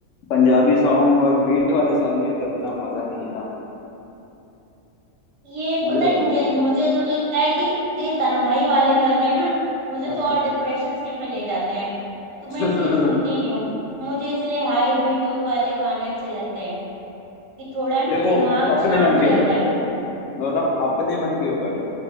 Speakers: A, on the left; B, on the right.
A: पंजाबी सॉन्ग और बीट वाले सॉन्ग में इतना मजा नहीं है ना
B: ये
A: समझ
B: पता
A: रहे
B: है
A: हो
B: मुझे मुझे जो लगता है कि ये तन्हाई वाले गाने ना मुझे
A: हाँ
B: तो और डिप्रेशन से में ले जाते हैं तो मैं
A: <laughs>
B: इसलिए सुनती नहीं हूँ मुझे इसलिए हाई बीट वाले गाने अच्छे लगते हैं कि थोड़ा ना
A: देखो
B: दिमाग
A: अपने
B: शांत
A: मन
B: रहता
A: के ऊपर है
B: है
A: मैं बताऊं अपने मन के ऊपर है